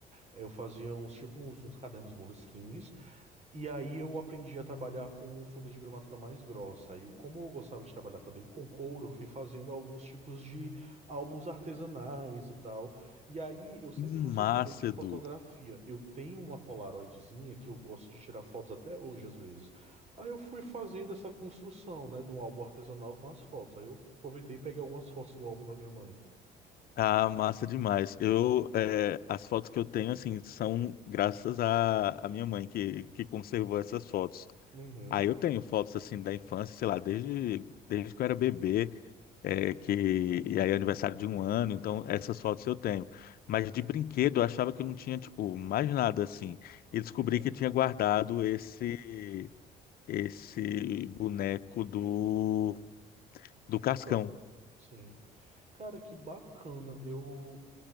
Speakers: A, on the right; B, on the left.
A: Eu fazia uns, tipo, uns, uns cadernos moleskines E aí eu aprendi a trabalhar com folhas de gramatura mais grossa. E eu- como eu gostava de trabalhar também com couro, eu fui fazendo alguns tipos de álbuns artesanais e tal. E aí eu sempre
B: Que massa,
A: gostei também de fotografia.
B: Edu.
A: Eu tenho uma Polaroidzinha que eu gosto de tirar fotos até hoje às vezes. Aí eu fui fazendo essa construção, né, de um álbum artesanal com as fotos. Aí eu aproveitei e peguei algumas fotos do álbum da minha mãe.
B: Ah, massa demais. Eu, é, as fotos que eu tenho, assim, são graças à à minha mãe que, que conservou essas fotos.
A: Uhum.
B: Aí eu tenho fotos, assim, da infância, sei lá, desde, desde que eu era bebê, é, que, e aí é aniversário de um ano, então essas fotos eu tenho. Mas de brinquedo eu achava que não tinha, tipo, mais nada, assim. E descobri
A: Uhum.
B: que tinha guardado esse, esse boneco do, do Cascão.
A: São,
B: <laughs>
A: sim. Cara, que bacana. Eu